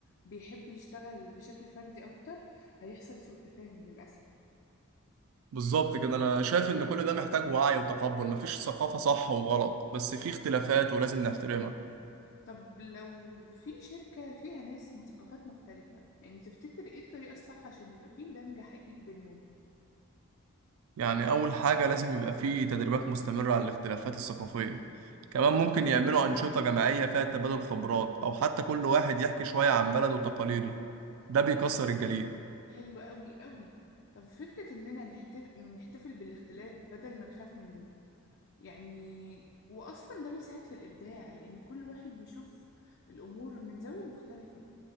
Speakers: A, on the left (about 55°); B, on the right (about 70°).
A: بيحب يشتغل بشكل فردي أكتر هيحصل سوء تفاهم للأسف
B: بالظبط كده انا شايف ان كل ده محتاج وعي وتقبل مفيش ثقافة صح وغلط بس في اختلافات ولازم نحترمها
A: طب لو في شركة فيها ناس من ثقافات مختلفة يعني تفتكر ايه الطريقة الصح عشان يبقى فيه دمج حقيقي بينهم
B: يعني اول حاجة لازم يبقى في تدريبات مستمرة على الاختلافات الثقافية كمان ممكن يعملوا أنشطة جماعية فيها تبادل خبرات او حتى كل واحد يحكي شوية عن بلده وتقاليده ده بيكسر الجليد
A: حلو قوي قوي طب فكرة إننا نحتف... نحتفل بالاختلاف بدل ما نخاف منه يعني واصلا ده بيساعد في الابداع لان كل واحد بيشوف الامور من زاويه مختلفه